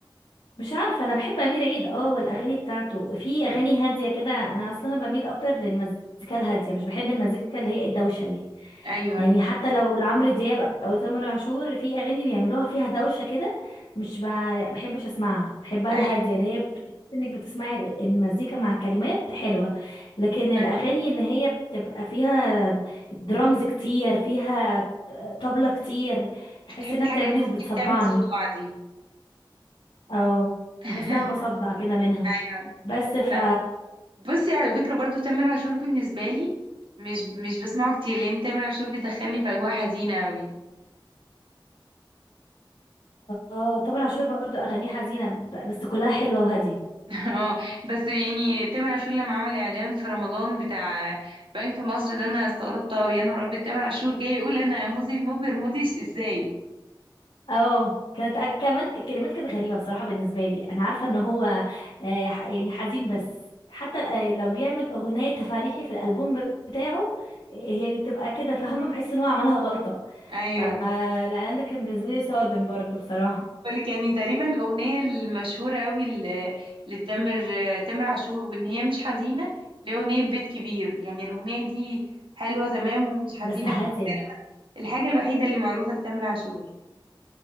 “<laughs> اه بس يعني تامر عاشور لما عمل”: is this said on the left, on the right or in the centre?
Right